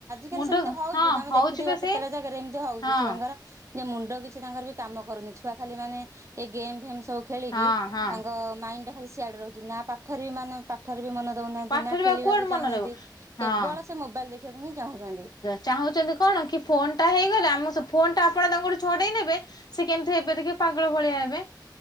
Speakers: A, on the right; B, on the left.
A: ଲି
B: ମୁଣ୍ଡ
A: ସେମିତି ହଉଛି
B: ହଁ
A: ତମେ
B: ହଉଛି
A: ଦେଖିଥିବ
B: ବା ସେ
A: କେତେଟା ଜାଗାରେ ଏମି ହଉଛି
B: ହଁ
A: ଛୁଆଙ୍କର। ଯେ ମୁଣ୍ଡ କିଛି ତାଙ୍କର ବି କାମ କରୁନି, ଛୁଆ ଖାଲି ମାନେ ଏ ଗେମ୍ ଫେମ ସବୁ ଖେଳିକି,
B: ହଁ ହଁ
A: ତାଙ୍କ ମାଇଣ୍ଡଟା ଖାଲି ସିଆଡ଼େ ରହୁଛି ନା ପାଠରେ ମାନେ ପା ପାଠରେ ବି ମନ ଦଉନାହାନ୍ତି,
B: ପାଠରେ
A: ନା ଖେଳିବାକୁ
B: ଆଉ କୁଆଡେ ମନେ
A: ଚାହୁଁନାହାନ୍ତି
B: ରହିବ ହଁ
A: କେବଳ ସେ ମୋବାଇଲ ଦେଖିବାକୁ ହିଁ ଚାହୁଁଚନ୍ତି।
B: ଚାହୁଁଚନ୍ତି କଣ କି ଫୋନ ଟା ହେଇଗଲା, ଆମ ସ ଫୋନ ଟା ଆପଣ ତାଙ୍କଠୁ ଛଡେଇ ନେବେ ସେ କେମିତି ହେବେ ଦେଖିବବପାଗଳ ଭଳିଆ ହେବେ।